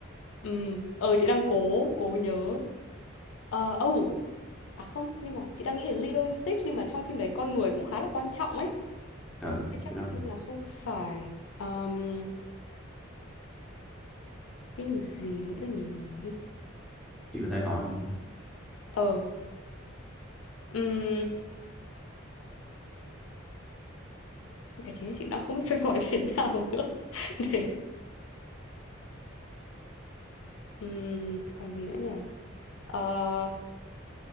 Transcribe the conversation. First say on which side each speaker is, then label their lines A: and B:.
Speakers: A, on the left; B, in the centre.
A: Ừm, ờ chị đang cố cố nhớ. Ờ oh, à không, nhưng mà chị đang nghĩ đến Lilo and Stitch nhưng mà trong phim đấy con người cũng khá là quan trọng ấy.
B: à đúng rồi
A: Thế chắc
B: cái đó không-
A: nên là không phải. Ờm, phim gì nữa nhỉ?
B: chị có thể hỏi không
A: Ờ, um, cả chính là chị đã không biết phải <laughs> gọi thế nào nữa. <laughs> Để, ừm, còn gì nữa nhỉ? Ờ,